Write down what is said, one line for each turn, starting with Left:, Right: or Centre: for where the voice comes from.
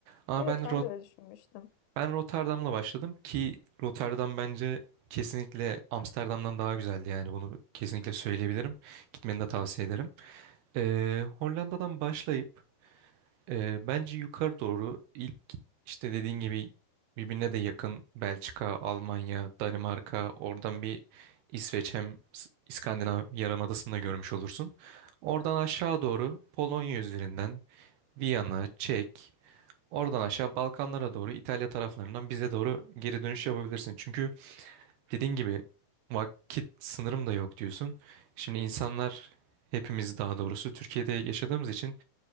Right: Ama
Left: evet
Right: ben
Left: ben
Right: Rot
Left: de öyle düşünmüştüm.
Right: ben Rotterdam'la başladım ki Rotterdam bence kesinlikle Amsterdam'dan daha güzeldi yani bunu kesinlikle söyleyebilirim. Gitmeni de tavsiye ederim. Ee, Hollanda'dan başlayıp ee, bence yukarı doğru ilk işte dediğin gibi birbirine de yakın Belçika, Almanya, Danimarka oradan bir İsveç hem S- İskandinav Yarımadası'nı da görmüş olursun. Oradan aşağı doğru Polonya üzerinden Viyana, Çek, oradan aşağı Balkanlara doğru İtalya taraflarından bize doğru geri dönüş yapabilirsin. Çünkü dediğin gibi vakit sınırım da yok diyorsun. Şimdi insanlar hepimiz daha doğrusu Türkiye'de yaşadığımız için